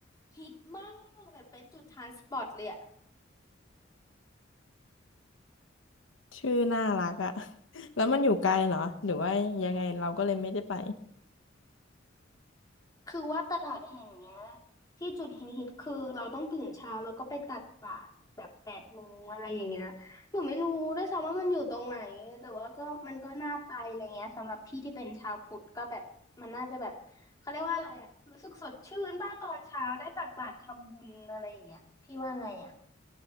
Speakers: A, on the left (about 20°); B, on the left (about 75°).
A: ฮิตมาก แบบเป็นจุดทรานสปอร์ตเลยอะ
B: ชื่อน่ารักอะ <laughs> แล้วมันอยู่ไกลเหรอ หรือว่ายังไงเราก็เลยไม่ได้ไป
A: คือว่าตลาดแห่งเนี้ยที่จุดฮิตฮิตคือเราต้องตื่นเช้าแล้วก็ไปตักบาตรแบบแปดโมงอะไรอย่างเงี้ยหนูไม่รู้ด้วยซ้ำว่ามันอยู่ตรงไหน แต่ว่าก็มันก็น่าไปอะไรเงี้ยสำหรับพี่ที่เป็นชาวพุทธก็แบบมันน่าจะแบบเขาเรียกว่าอะไรอะรู้สึกสดชื่นบ้าตอนเช้าได้ตักบาตรทำบุญอะไรอย่างเงี้ยพี่ว่าไงอะ